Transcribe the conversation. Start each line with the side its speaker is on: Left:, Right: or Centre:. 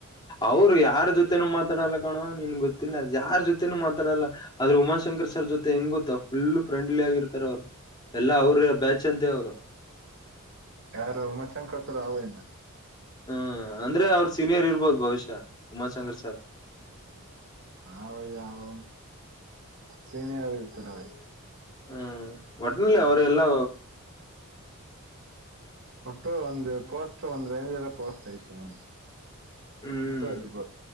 Left: ಅವ್ರು ಯಾರ ಜೊತೆೇನೂ ಮಾತಾಡಲ್ಲ ಕಣೋ, ನಿನ್ ಗೊತ್ತಿಲ್ಲ ಯಾರ ಜೊತೆನೂ ಮಾತಾಡಲ್ಲ ಆದ್ರೆ ಉಮಾಶಂಕರ್ ಸರ್ ಜೊತೆ ಹೆಂಗ್ ಗೊತ್ತ ಫುಲ್ ಫ್ರೆಂಡ್ಲಿ ಆಗಿರ್ತಾರ ಅವ್ರು. ಇಲ್ಲಾ ಅವ್ರ ಬ್ಯಾಚ್ ಅಂತೆ ಅವ್ರು.
Right: ಯಾರು ಉಮಾಶಂಕತ್ರ ಅವೈನ
Left: ಹ್ಮ ಅಂದ್ರೆ ಅವ್ರ ಸೀನಿಯರ್ ಇರ್ಬೋದು ಬಹುಶ್ಯ ಉಮಾಶಕರ್ ಸಾರ್.
Right: ಹಯ್ಯ ಅವ ಸೇನಾಗಿರ್ತಾರ ಅವಯ
Left: ಹ್ಮ ಒಟ್ಟನಲ್ಲಿ ಅವರು ಎಲ್ಲಾ
Right: ಒಟ್ಟು ಒಂದು ಪೋಸ್ಟ್ ಒಂದ್ ರೇಂಜ್ಾಗ ಪೋಸ್ಟ್ ಆಐತ ನ
Left: ಹ್ಮ್
Right: ಮೂತ್ತಾಯರ ರೂಪ